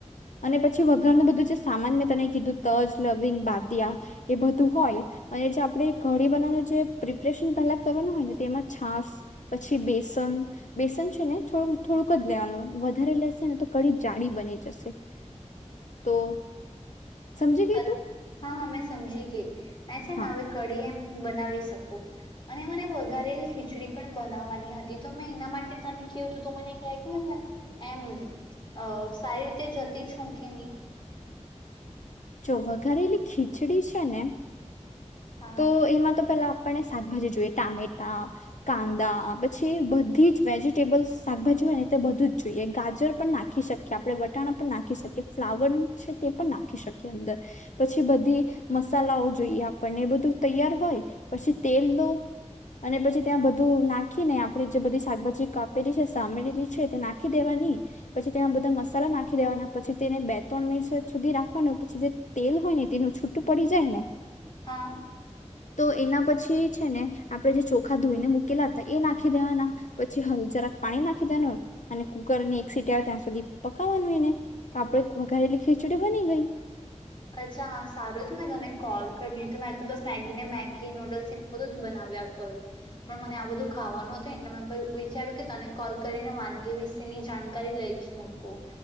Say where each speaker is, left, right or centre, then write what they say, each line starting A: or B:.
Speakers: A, on the left; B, on the left.
A: અને પછી વઘારનું બધું જે સામાન મેં તને કીધું તજ, લવિંગ બાદિયા, એ બધું હોય અને જે આપણે કઢી બનાવવાનું જે પ્રિપરેશન પહેલા કરવાનું હોય ને તેમાં છાસ, પછી બેસન બેસન છે થોડું થોડુંક જ લેવાનું વધારે લેશે ને તો કડી જાળી બની જશે, તો
B: <inaudible>
A: સમજી ગઈ તું
B: હા હા મે સમજી ગઈ. અચ છેને
A: હા
B: હવે કડી એમ બનાવી શકું. અને મને વઘારેલી ખીચડી પણ બનાવવાની હતી તો મેં એના માટે તને કીધૂ તો મને કહે કે એમ અ સારી રીતે જતી છું કે ની?
A: જો વઘારેલી ખીચડી છે ને
B: હા
A: તો એમાં તો પેલા આપને શાકભાજી જોઈએ ટામેટા, કાંદા પછી બધી જ વેજીિટેબલ્ શાકભાજી હોય ને તે બધું જ જોઈએ ગાજર પણ નાખી શકીએ, આપણે વટાણા પણ નાખી શકીએ, ફ્લાવર છે તે પણ નાખી શકીએ અંદર પછી બધી મસાલાઓ જોઈએ આપણને તૈયાર હોય પછી તેલ લો અને પછી ત્યાં બધું નાખીને આપડી જે બધી શાકભાજી કાપેલી છે સામેલી છે તે નાખી દેવાની પછી તેમાં બધા મસાલા નાખી દેવાના પછી તેને બે ત્રણ મિનિ સુધી રાખવાનું પછી જે તેલ હોય ને તેનું છૂટું પડી જાય ને
B: હા.
A: તો એના પછી છે ને આપણે જે ચોખા ધોઈને મુૂકેલા હતા એ નાખી દેવાના, પછી હલ જરાક પાણી નાખી દેવા અને કુકર ની એક સીટી આવે ત્યાં સુધી પકવાનું એને તો આપણે વઘારેલી ખીચડી બની ગઈ.
B: અચ્છા હા સારું હતું મેં તને કોલ કરી મેં તો બસ મેગી ને મેગી નૂડલ્સ એ બધું જ બનાવ્યા કરું. પણ મને આ બધું ખાવાનું હતુંને એટલે મેં વિચાર્યું કે તને કોલ કરીને વાનગી વિશેની જાણકારી લઈ જ મૂકુ.